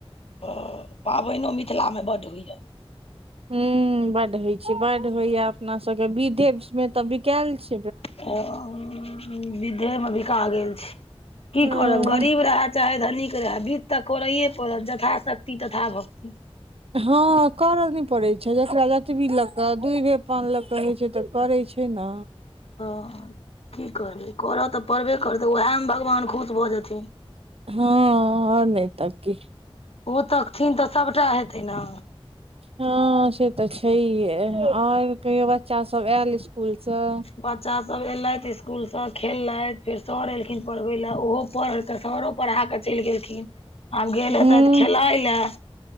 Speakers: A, on the left; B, on the right.
A: हां पाबैनो मिथिलामे बड्ड होइ यै।
B: हूं-हूं बड होइ छै, बड होइया अपना सबके विधे मे तऽ बिकैल छी।
A: हां। विधे मे बिका गेल छी, की
B: हम्म
A: करब गरीब रहे चाहे धनीक रहे विध तऽ करैए पड़त, जथाशक्ति-तथाभक्ति।
B: हां करऽ नै पड़े छै जकरा जतबी लऽ क दूभे पान लऽ के हय छै तऽ करै छै नै। हां।
A: हां की करबै, करऽ तऽ पड़बे करतै उहेमे भगवान खुश भऽ जेथिन।
B: हां और नै तऽ की।
A: ओ तकथिन तऽ सबटा हेतै नै।
B: हां से तऽ छहिए और कहियो बच्चा सब ऐल स्कूल से।
A: बच्चा सब एलैथ स्कूल से खेललैथ फेर सर एलखिन पढ़बे लै ओहो पढ़ कऽ सरो पढ़ा कऽ चैल गेलखिन, आब गेल
B: हूं
A: हेतैथ खेलाय लए।